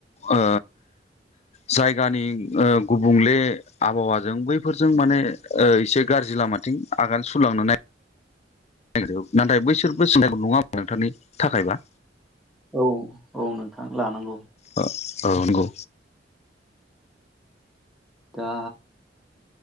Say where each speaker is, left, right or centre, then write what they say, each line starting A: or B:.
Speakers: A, on the left; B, in the centre.
A: ओ जायगानि ओ गुबुंले आबहावाजों बैफोरजों माने ओ एसे गाज्रि लामाथिं आगान सुरलांनानै नागिरो नाथाय बैसोरबो <unintelligible> नङा होमबा नोंथांनि थाखायबा
B: औ औ नोंथां लानांगौ
A: औ नंगौ
B: दा